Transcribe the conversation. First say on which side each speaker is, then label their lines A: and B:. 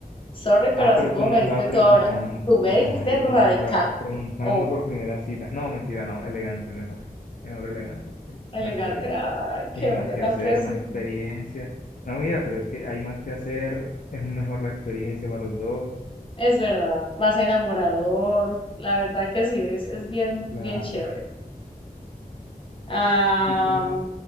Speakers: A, on the left; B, on the left.
A: Sorry,
B: Ah,
A: pero así
B: pero
A: como
B: tú no
A: me
B: me estabas
A: dijiste
B: preguntando.
A: tú ahora. Tú me
B: Ay,
A: dijiste radical.
B: tú no me estabas <laughs> preguntando
A: Oh,
B: por primera cita. No, mentira, no. Elegante mejor. Mejor elegante.
A: elegante.
B: Más chévere.
A: Ay,
B: Y
A: qué
B: hay
A: hombre
B: más que
A: tan
B: hacer,
A: presumido.
B: más experiencia. No, mira, pero es que hay más que hacer. Es mejor la experiencia para los dos.
A: Es verdad, más enamorador. La verdad que sí, es, es bien,
B: Claro.
A: bien chévere. Ah.
B: Y tú,